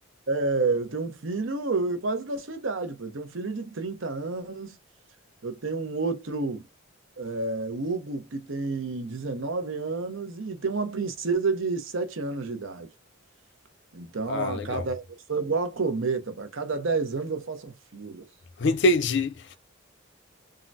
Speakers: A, on the right (about 65°); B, on the left (about 55°).
A: É, eu tenho um filho quase da sua idade, pô. Eu tenho um filho de 30 anos, eu tenho um outro, é, Hugo, que tem 19 anos, e tem uma princesa de 7 anos de idade. Então,
B: Ah,
A: a
B: legal.
A: cada. Eu sou igual a cometa, pô. a cada 10 anos eu faço um filho.
B: <laughs> Entendi.